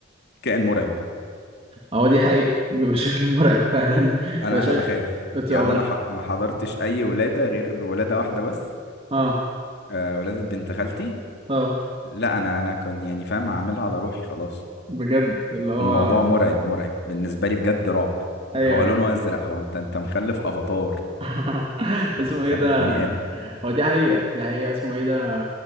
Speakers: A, on the left; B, on the right.
A: كائن مرعب
B: اهو دي حقيقه بيبقى <laughs> شكل مرعب فعلا بيبقى
A: انا
B: شكل
A: انا بخاف
B: بتبقى
A: يعني
B: ملا-
A: انا ح... ما حضرتش اي ولاده غير ولاده واحده بس
B: اه
A: آه ولاده بنت خالتي
B: اه
A: لا انا انا كنت يعني فاهم هعملها على روحي خلاص
B: بجد اللي هو
A: الموضوع مرعب مرعب بالنسبه لي بجد رعب
B: ايوه
A: هو لونه ازرق هو انت انت مخلف افاتار
B: <laughs>
A: مش
B: اسمه
A: مخلف
B: ايه ده
A: بني ادم
B: هو دي حقيقة دي حقيقة اسمه ايه ده